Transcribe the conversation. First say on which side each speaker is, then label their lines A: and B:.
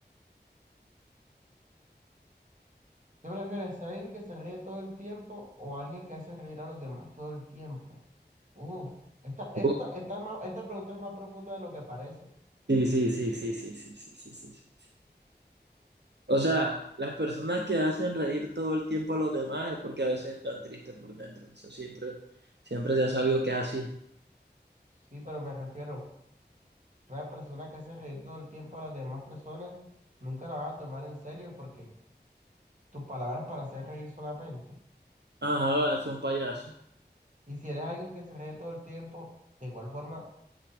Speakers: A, on the right; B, on the right.
A: ¿Qué prefieres, ser alguien que se ríe todo el tiempo o alguien que hace reír a los demás todo el tiempo? Uf, esta, esta,
B: Uh,
A: esta, es más- esta pregunta es más profunda de lo que parece.
B: Sí, sí, sí, sí, sí, sí, sí, sí, sí. O sea, las personas que hacen reír todo el tiempo a los demás es porque a veces están tristes por dentro. Eso siempre, siempre se ha sabido que es así.
A: Sí, pero me refiero, una persona que hace reír todo el tiempo a las demás personas, nunca la van a tomar en serio porque tus palabras para hacer reír solamente.
B: Ajá, va, es un payaso.
A: Y si eres alguien que se ríe todo el tiempo, de igual forma,